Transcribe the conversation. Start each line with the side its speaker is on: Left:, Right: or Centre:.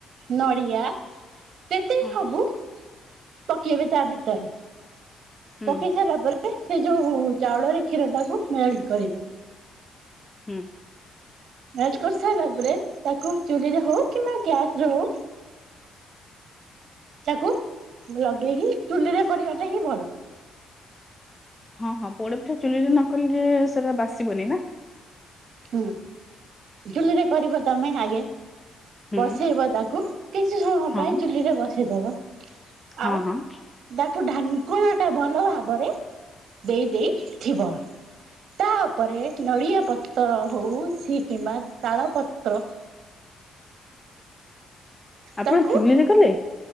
Right: ନଡ଼ିଆ ଯେତିକି
Left: ହଁ
Right: ସବୁ ପକେଇବେ ତା ଭିତରେ
Left: ହୁଁ
Right: ପକେଇ
Left: ହୁଁ
Right: ସାଇଲା ପରେ ସେ ଯୋଉ ଚାଉଳରେ କ୍ଷୀର ଟାକୁ ମେଲ୍ଟ କରିବେ।
Left: ହୁଁ।
Right: ମେଲ୍ଟ କରି ସାଇଲା ପରେ ତାକୁ ଚୁଲି ରେ ହଉ କିମ୍ବା ଗ୍ୟାସ ରେ ହଉ ତାକୁ ଲଗେଇକି ଚୁଲିରେ କରିବାଟା ହିଁ ଭଲ।
Left: ହଁ ହଁ ପୋଡ ପିଠା ଚୁଲି ରେ ନ କଲେ ଯେ ସେରା ବାସିବନି ନା।
Right: ହୁଁ ଚୁଲିରେ କରିବ ତମେ ଆଗେ।
Left: ହୁଁ
Right: ବସେଇବ ତାକୁ କିଛି ସମୟ
Left: ହଁ
Right: ପାଇଁ ଚୁଲିରେ ବସେଇଦବ।
Left: ହଁ
Right: ଆଉ
Left: ହଁ।
Right: ତାକୁ ଢାଙ୍କୁଣା ଟା ଭଲ ଭାବରେ ଦେଇ ଦେଇଥିବ। ତା ଉପରେ ନଡ଼ିଆ ପତ୍ର ହଉ ସି କିମ୍ବା ତାଳ ପତ୍ର
Left: ଆପଣ
Right: ତାକୁ
Left: ଚୁଲିରେ କଲେ